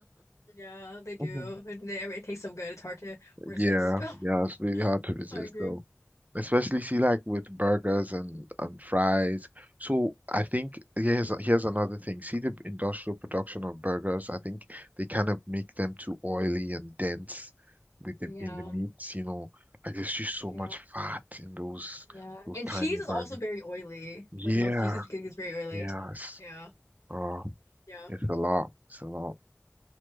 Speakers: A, on the left; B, on the right.
A: Yeah, they do.
B: Mhm.
A: And they, I mean, it tastes so good. It's hard to resist.
B: Yeah, yeah, it's really hard
A: <laughs>
B: to resist
A: I agree.
B: though. Especially see like with burgers and and fries. So I think here's here's another thing. See the industrial production of burgers. I think they kind of make them too oily and dense with them
A: Yeah,
B: in the meats, you know. Like there's just so
A: yeah,
B: much fat in those
A: yeah.
B: those
A: And
B: tiny
A: cheese is
B: burgers.
A: also very oily.
B: Yeah.
A: Like melted cheese is, is very oily.
B: Yeah, it's,
A: Yeah,
B: oh,
A: yeah,
B: it's a lot. It's a lot.